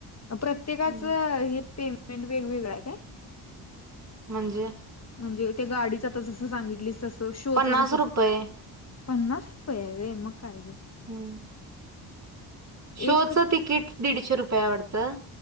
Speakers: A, on the left; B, on the right.
A: प्रत्येकाच
B: हम्म
A: हे पे पेंमेंट वेगवेगळ हाय काय?
B: म्हणजे?
A: म्हणजे, त्या गाडीच जसं सांगितलीस तसं शोच
B: पन्नास
A: जस
B: रुपये
A: पन्नास रुपये आहे व म काय ये.
B: हम्म, शोच
A: एक
B: तिकीट दीडशे रुपय हाय वाडतं